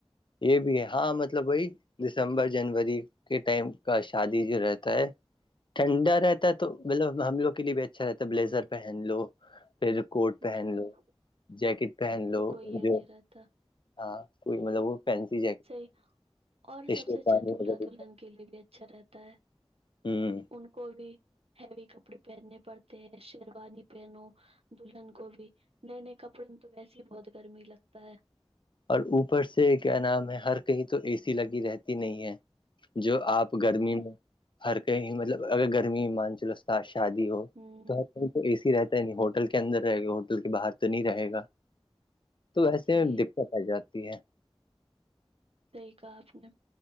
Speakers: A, on the left (about 55°); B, on the right (about 75°).
A: یہ بھی ہے ہاں مطلب بھائی دسمبر جنوری کے ٹائم کا شادی جو رہتا ہے ٹھنڈا رہتا ہے تو مطلب ہم لوگ کے لیے بھی اچھا رہتا ہے بلیزر پہن لو پھر کوٹ پہن
B: ہوں
A: لو جیکٹ پہن لو
B: تو کوئی یہ
A: جو
B: نہیں رہتا
A: ہاں کوئی مطلب وہ فسی
B: صحیح اور سب
A: جٹانی
B: سے اچھا دولہا
A: <unintelligible>
B: دلہن کے لیے بھی اچھا رہتا ہے
A: ہوں
B: ان کو بھی ہیوی کپڑے پہننے پڑتے ہیں شیروانی پہنو دلہن کو بھی نئے نئے کپڑے میں تو ویسے ہی بہت گرمی لگتا ہے
A: اور اوپر سے کیا نام ہے ہر کہیں تو اے سی لگی رہتی نہیں ہے جو آپ گرمی
B: ہوں
A: میں ہر کہیں مطلب اگر گرمی مان چلو اس کا شادی ہو
B: ہوں
A: تو تو اے سی رہتا ہے نہیں ہوٹل کے اندر رہے گا ہوٹل کے باہر تو نہیں رہے گا تو وسے
B: صحیح
A: میں دقت آ جاتی ہے <unintelligible>
B: صحی کہا آپ نے